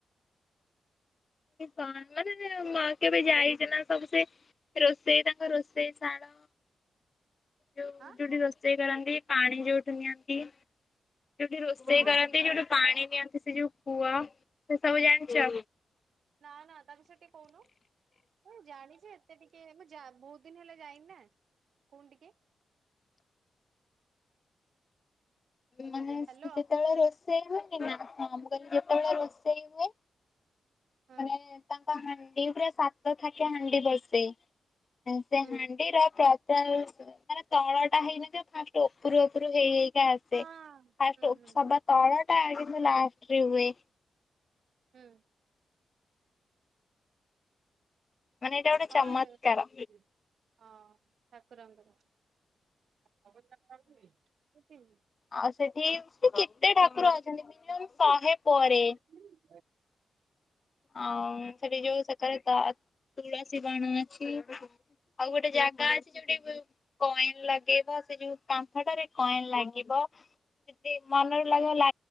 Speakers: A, on the left (about 40°); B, on the right (about 70°).
A: ମାନେ କେବେ ଯାଇଛ ନା ସବୁ ସେ ରୋଷେଇ ତାଙ୍କ ରୋଷେଇ ଶାଳ। ଯୋଉ
B: ଆଁ
A: ଯୋଉଠି ରୋଷେଇ କରନ୍ତି ପାଣି ଯୋଉଠି ନିଅନ୍ତି ଯୋଉଠି ରୋଷେଇ
B: ହଁ।
A: କରନ୍ତି ଯୋଉଠି ପାଣି ନିଅନ୍ତି ସେ ଯୋଉ କୂଅ ସେ ସବୁ ଜାଣିଚ?
B: ନା ନା ତା ବିସୟରେ ସେ କଉନୁ। ମୁଁ ଜାଣିଛି ଏତେ ଟିକେ ମୁ ଯା ବହୁତି ଦିନି ହେଲା ଯାଇନି ନା କଉନୁ ଟିକେ।
A: ମାନେ
B: ହ୍ୟାଲୋ
A: ସେତେବେଳେ ରୋଷେଇ ହୁଏନି ନା ହଁ ମୁଁ କହିଲି ଯେତେବେଳେ
B: ହୁଁ
A: ରୋଷେଇ ହୁଏ।
B: ହୁଁ
A: ମାନେ ତାଙ୍କ ହାଣ୍ଡି ପୁରା ସାତ ଥାକିଆ ହାଣ୍ଡି ବସେ। ଆଉ ସେ
B: ହୁଁ
A: ହାଣ୍ଡିର ପ୍ରା ଟାଇଲ୍ ତାର ତଳ ଟା ହେଇନଥିବ ଫାଷ୍ଟ ଉପରୁ ଉପରୁ ହେଇହେଇ କା ଆ ଟେ
B: ହଁ।
A: ଫାଷ୍ଟ
B: ହୁଁ
A: ଉପର
B: ହୁଁ ହୁଁ
A: ଟା ତଳଟା କିନ୍ତୁ ଲାଷ୍ଟ ରେ ହୁଏ।
B: ହୁଁ।
A: ମାନେ
B: ହଁ
A: ଏଇଟା ଗୋଟେ ଚମତ୍କାର।
B: ହଁ ଠାକୁରଙ୍କର <unintelligible>
A: ଅ ସେଠି କେତେ ଠାକୁର ଅଛନ୍ତି ମିନିମମ ଶହେ ପରେ।
B: ହୁଁ।
A: ଅଁ ସେଠି ଯୋଉ ସେ ତାରେ ତ ତୁଳସୀ ବାଣ ଅଛି ଆଉ ଗୋଟେ ଜାଗା ଅଛି ଯୋଉଠି କଏନ ଲଗେଇବା ସେ ଯୋଉ କାନ୍ଥଟାରେ କଏନ୍ ଲାଗିବ। ସେଦେ ମନରେ ଲାଗିବ